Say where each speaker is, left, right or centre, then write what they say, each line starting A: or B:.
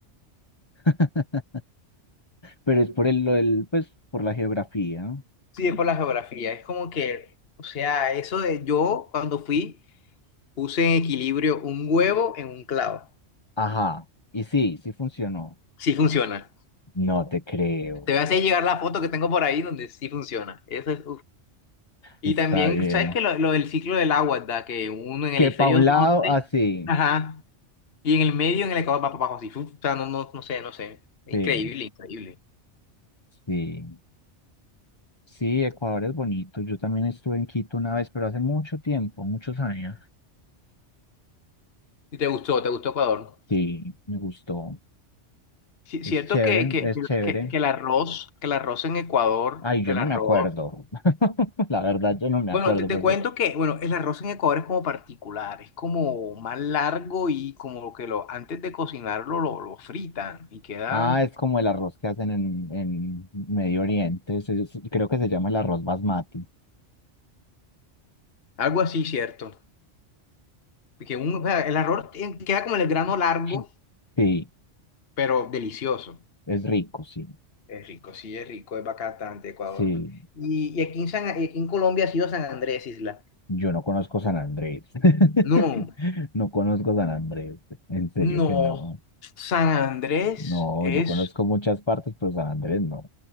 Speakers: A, on the left; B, on the left.
A: <laughs> pero es por el, lo del, pues, por la geografía.
B: sí, es por la geografía, es como que, o sea, eso de yo cuando fui puse en equilibrio un huevo en un clavo,
A: Ajá, y sí, sí funcionó.
B: sí funciona.
A: No te creo.
B: Te voy a hacer llegar la foto que tengo por ahí donde sí funciona, eso es Y
A: Está
B: también,
A: bien.
B: ¿sabes qué? Lo, lo del ciclo del agua, ¿da? Que uno en
A: Que
B: el hemisferio
A: pa' un
B: norte,
A: lado, así.
B: ajá, y en el medio, en el Ecuador, va para abajo así. uf, O sea, no, no, no sé, no sé. Increíble,
A: Sí,
B: increíble.
A: sí. Sí, Ecuador es bonito. Yo también estuve en Quito una vez, pero hace mucho tiempo, muchos años.
B: ¿Y te gustó? ¿Te gustó Ecuador?
A: Sí, me gustó.
B: Sí,
A: Es
B: cierto
A: chévere,
B: que, que,
A: es chévere.
B: que, que el arroz, que el arroz en Ecuador,
A: Ay, yo
B: el
A: no
B: arroz.
A: me acuerdo. <laughs> La verdad, yo no me
B: Bueno,
A: acuerdo
B: te, te
A: porque...
B: cuento que, bueno, el arroz en Ecuador es como particular, es como más largo y como que lo, antes de cocinarlo lo, lo fritan y quedan
A: Ah, es como el arroz que hacen en, en Medio Oriente. se- se- creo que se llama el arroz basmati.
B: algo así, ¿cierto? Que un, o sea, el arroz eh, queda como el grano largo
A: Sí, Sí,
B: pero delicioso.
A: es rico, sí.
B: Es rico, sí, es rico, es bacán de Ecuador.
A: Sí,
B: Y, y aquí en San- y aquí en Colombia ha sido San Andrés, Isla.
A: yo no conozco San Andrés. <laughs>
B: No,
A: No conozco San Andrés. En serio
B: no.
A: que no.
B: San Andrés
A: No,
B: es.
A: yo conozco muchas partes, pero San Andrés no.